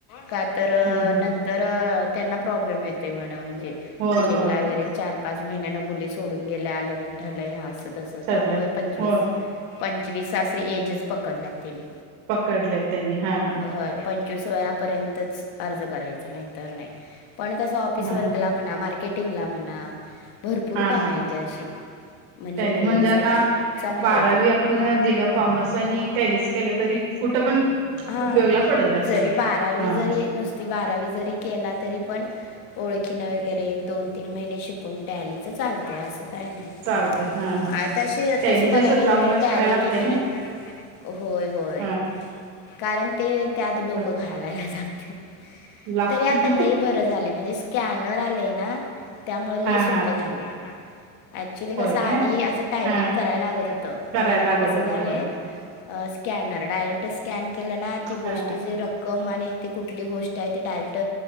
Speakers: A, on the left; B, on the right.
A: का तर
B: हम्म हम्म
A: नंतर त्यांना प्रॉब्लेम येतो म्हण म्हणजे
B: होय
A: बिलिंगला
B: होय होय
A: वगैरे चार पाच महिन्यान मुली सोडून गेल्या लग्न ठरलय ह्या असं तसं
B: ठरलंय
A: त्यामुळे पंचवीस
B: होय
A: पंचवीस असं एजच पकडल्यात त्यांनी.
B: पकडलेत त्यांनी हा हा
A: होय पण पंचवीस वयापर्यंतचं अर्ज करायच नाहीतर नाही. पण कस ऑफिस
B: हा
A: वर कला म्हणा मार्क टिंग ला म्हणा भरपूर
B: हा
A: काम
B: हा
A: हायेती अशी. म्हणजे
B: टॅली
A: मुलींसाठी
B: आता
A: चांगल
B: बारावी
A: आहे ते
B: आपण
A: बारावी
B: दिलं
A: आपन
B: कॉमर्स आणि
A: दिलं कॉमर्स
B: टॅलीच
A: आणि
B: केलं तरी
A: टॅलिस्
B: कुठं
A: केलं
B: पण
A: तरी हा
B: उपयोगला पडेल असं
A: जरी बारावी
B: हा
A: जरी
B: हा
A: नुस ती बारावी जरी केला तरी पण ओळखीने वगैर एक दोन तीन महिने शिक कून टॅलीच चालते असं काय नाही.
B: आलतय हा. हा
A: आतशी
B: टॅलीच
A: तसं बघाय
B: अस
A: गेलं
B: जाऊनच
A: तर टॅली
B: करायला लागतय
A: किती
B: ना
A: होय होय
B: हा
A: कारण ते त्यात डोकं
B: हा
A: घालायलाच लागते.
B: लागतय
A: तरी आता लय बरं झालंय म्हणजे स्कॅनर आलंय ना. त्यामुळ लय
B: हा
A: सोप
B: हा
A: झालंय ऍक्चुली कस
B: होय
A: आ
B: काय
A: धी त्याचं टायपिंग
B: हा
A: करायला लागत होतं
B: करायला
A: पण आता
B: लागत
A: कसं
B: होत
A: झालंय.
B: होय
A: अ स्कॅनर डायरेक्ट स्कॅन केलं ना ती गोष्टीची
B: हा हा
A: रक कम आणि ते कुठली गोष्ट आहे ती डायरेक्ट